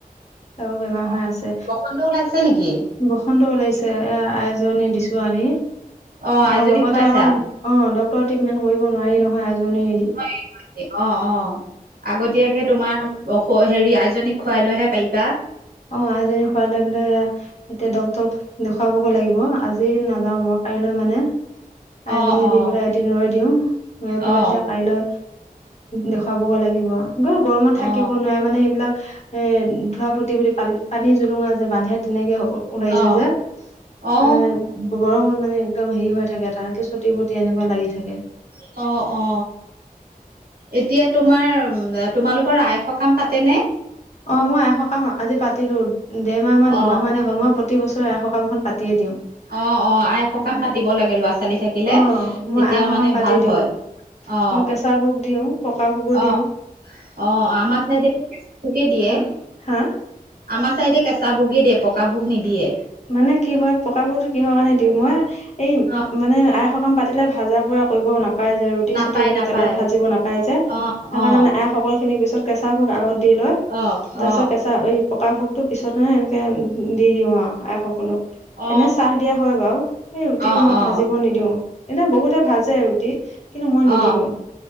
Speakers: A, on the left; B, on the right.
A: তাৰো বেমাৰ
B: অ,
A: হৈ আছে
B: বসন্ত ওলাইছে নেকি?
A: বসন্ত ওলাইছে এ আইজনী দিছো আনি
B: অ
A: আৰু
B: আইজনীক
A: লগতে
B: খুৱাইছা
A: আকৌ অ, ডক্টৰ ট্ৰিটমেণ্ট কৰিব নোৱাৰি ন। হয় এজনী,
B: ন অ, অ, আগতীয়াকে তোমাৰ, অ, হেৰি আইজনী খুৱাই লৈহে পাৰিবা।
A: অ, আইজনিক খুৱাই লৈ পিলে এতিয়া ডক্টৰক দেখুৱাবগে লাগিব আজি নাযাও বাৰু কাইলৈ মানে আইজনী
B: অ অ
A: দি পেলাই এদিন ৰৈ দিওঁ ৰৈ
B: অ
A: পেলাই এতিয়া কাইলৈ, দেখুৱাবগৈ লাগিব গ গৰমত থাকিব
B: অ
A: নোৱাৰে মানে এইবিলাক এ ধোৱা ফু্তি বুলি প পানীত জুলুঙা যে বান্ধে তেনেকে উওৰাইছে
B: অ
A: যে
B: অ
A: উম, বৰ সমত মানে একদম হেৰি হৈ থাকে তাৰকে চুটি বটি এনেকুৱা লাগি থাকে।
B: অ, অ, এতিয়া তোমাৰ তোমালোকৰ আয় সকাম পাতেনে?
A: অ, মই সকাম আজি পাতিলো দেৰ মাহ মান দুমাহ
B: অ
A: মানে হ'ল। মই প্ৰতি বছৰে আই সকামখন পাতিয়ে দিওঁ।
B: অ, অ, আই এ সকাম
A: অ
B: পাতিব লাগে লৰা ছোৱালী থাকিলে
A: অ মই
B: তেতিয়া
A: আই সকাম
B: মানে
A: পাতি
B: ভাল
A: দিওঁ
B: হয়। অ
A: মই কেঁচা ভোগ দিওঁ, পকা ভোগো
B: অ
A: দিওঁ।
B: অ, আমাৰ চাইড কেঁচা ভোকে দিয়ে
A: হা হা
B: আমাৰ চাইদে কেঁচা ভোগে দিয়ে, পকা ভোগ নিদিয়ে।
A: মানে কি হয় পকাবোৰতো কিহৰ কাৰণে দিওঁ মই এই
B: অ
A: মানে আই, পাতিলে ভাজা পুৰা কৰিব নাপ পাই যে ৰুটি
B: নাপায়
A: চুটি এনেকে
B: নাপায়
A: তেলত ভাজিব নাপায়াই যে
B: অ
A: সেইকাৰণোনে
B: অ
A: আই সসকল খিনিক পিছত, কেঁচা ভোগ আগত দি লয়,
B: অ
A: তাৰ
B: অ
A: পিছত কেঁচা এই পকা ভোগ তটো পিছতহে এ দি দিওঁ আৰু আইসকলক।
B: অ
A: এনে চাহ দিয়া হয় বাৰু সেই ৰুটি
B: অ অ
A: মই
B: অ
A: ভাজিব নিদিও। এনে বহুতে ভাজে ৰুটি কিন্তু মই নিদিওঁ
B: অ